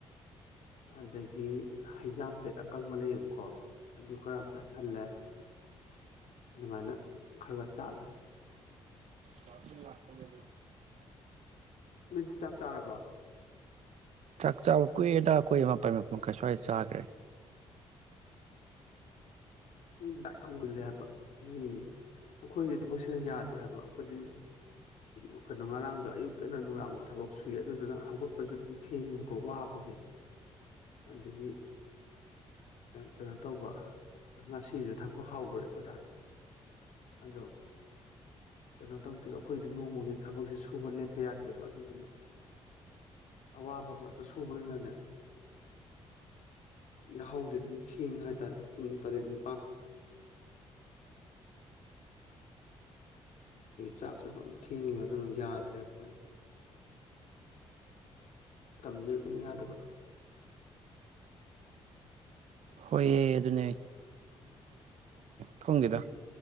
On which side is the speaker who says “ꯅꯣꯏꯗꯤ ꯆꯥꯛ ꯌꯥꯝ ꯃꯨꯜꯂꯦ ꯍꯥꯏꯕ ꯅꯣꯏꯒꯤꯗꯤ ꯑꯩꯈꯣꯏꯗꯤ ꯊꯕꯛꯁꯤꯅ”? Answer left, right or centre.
Left